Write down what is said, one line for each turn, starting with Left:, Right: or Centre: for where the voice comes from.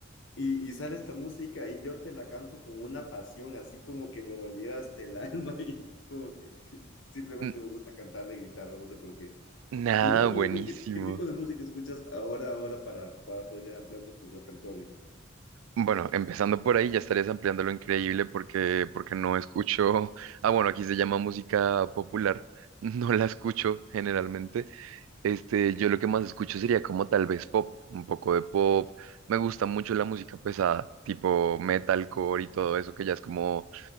Left: y, y sale esta música y yo te la canto con una pasión, así como que me doliera hasta el alma <laughs> y es como que simplemente
Right: <laughs> N-
Left: me gusta cantarla y gritarla, no sé por qué.
Right: Nada,
Left: Más o menos,
Right: buenísimo.
Left: ¿qué, qué tipo de música escuchas ahora, ahora para, para poder ir ampliando tu repertorio?
Right: Bueno, empezando por ahí ya estarías ampliando lo increíble porque, porque no escucho, ah, bueno, aquí se llama música popular, <laughs> no la escucho generalmente. Este, yo lo que más escucho sería como tal vez pop, un poco de pop. Me gusta mucho la música pesada, tipo metalcore y todo eso, que ya es como